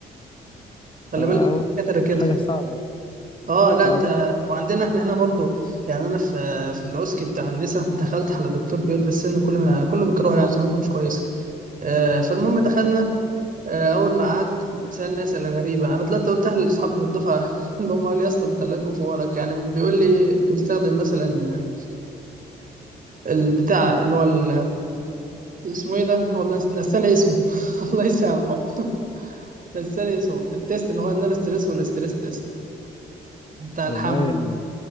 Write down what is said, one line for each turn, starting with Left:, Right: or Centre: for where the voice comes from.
Right: خلي
Left: فهم
Right: بالك كتر كده
Left: حاجة صعبة
Right: اه لا
Left: صعبين
Right: انت وعندنا احنا هنا برضو يعني انا في في الاوسكي بتاع النساء دخلت على دكتور كبير في السن كلنا كله بيكرهه يعني سمعته مش كويسه آه فالمهم دخلنا آه اول ما قعدت سالني اسئله غريبه انا طلعت قلتها لاصحابي في الدفعه <laughs> اللي هم قالوا لي يا اسطى انت الله يكون في عونك يعني بيقول لي بنستخدم مثلا البتاع اللي هو ال- اسمه ايه ده والله نس- نساني اسمه <laughs> الله يسامحه <laughs> نساني اسمه التيست اللي هو النان ستريس والاستريس تيست بتاع
Left: والله
Right: الحمل
Left: يعني